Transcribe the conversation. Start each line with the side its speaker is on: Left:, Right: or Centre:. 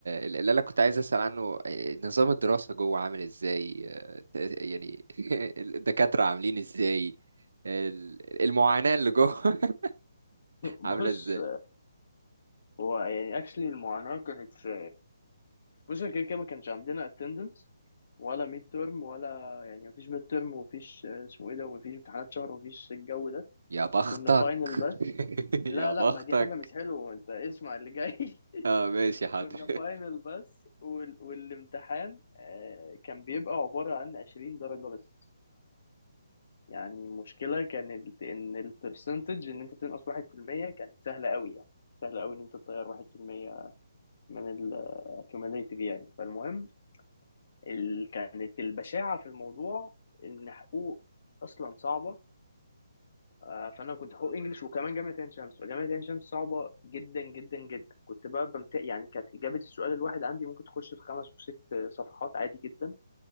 Right: ال- اللي أنا كنت عايز أسأل عنه آه، نظام الدراسة جوه عامل إزاي؟ آه، ت- يعني <laughs> الدكاترة عاملين إزاي؟ ال- المعاناة اللي جوه <laughs>
Left: <laughs> بص
Right: عاملة ازاي
Left: هو يعني اكشلي المعاناة كانت في بص كده كده ما كانش عندنا اتندنس ولا ميد ترم ولا يعني مفيش ميد ترم ومفيش آه، اسمه ايه ده ومفيش امتحانات شهر ومفيش الجو ده
Right: يا بختك
Left: كنا فاينل بس
Right: <laughs>
Left: لا
Right: يا بختك
Left: لا ما دي حاجة مش حلوة انت اسمع اللي جاي
Right: اه
Left: <laughs>
Right: ماشي حاضر
Left: كنا فاينل بس وال... والامتحان آه، كان بيبقى عبارة عن 20 درجة بس يعني المشكلة كانت إن البرسنتج إن أنت تنقص واحد في المية كانت سهلة أوي يعني سهلة أوي إن أنت تطير واحد في المية من ال cumulative يعني فالمهم ال... كانت البشاعة في الموضوع إن حقوق أصلا صعبة آه، فأنا كنت حقوق إنجلش وكمان جامعة عين شمس فجامعة عين شمس صعبة جدا جدا جدا كنت بقى بمت... يعني كانت إجابة السؤال الواحد عندي ممكن تخش في خمس وست صفحات عادي جدا